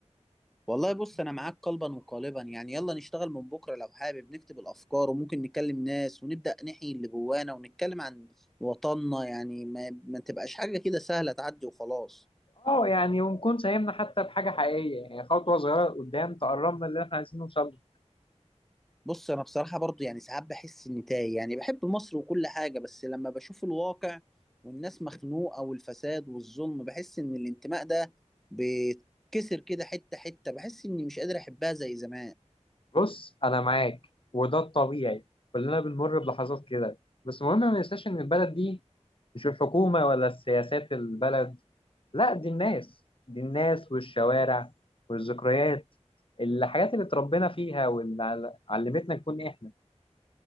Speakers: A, in the centre; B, on the left.
A: والله بص انا معاك قلبا وقالبا يعني يلا نشتغل من بكرة لو حابب نكتب الافكار وممكن نكلم ناس ونبدأ نحيي اللي جوانا ونتكلم عن وطننا يعني ما, ما تبقاش حاجة كده سهلة تعدي وخلاص
B: اه يعني ونكون ساهمنا حتى بحاجة حقيقية يعني خطوة صغيرة قدام تقربنا اللي احنا عايزين نوصل له
A: بص انا بصراحه برضو يعني ساعات بحس اني تايه يعني بحب مصر وكل حاجه بس لما بشوف الواقع والناس مخنوقه والفساد والظلم بحس ان الانتماء ده بيتكسر كده حته حته بحس اني مش قادر احبها زي زمان
B: بص أنا معاك وده الطبيعي كلنا بنمر بلحظات كده بس المهم ما ننساش إن البلد دي مش الحكومة ولا السياسات البلد لا دي الناس دي الناس والشوارع والذكريات الحاجات اللي اتربينا فيها واللي عل- علمتنا نكون احنا